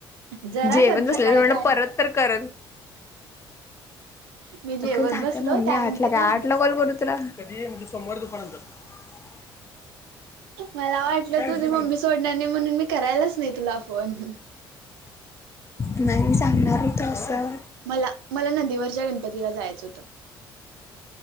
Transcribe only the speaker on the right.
जरास
सकाळी
काय
ना.
मी जेवत
बसलो
त्यानंतर
घे
अभ्यास
मला वाटलं तुझी
मम्मी सोडणार नाही म्हणून मी करायलाच नाही तुला फोन.
मला मला नदीवरच्या गणपतीला जायचं होतं.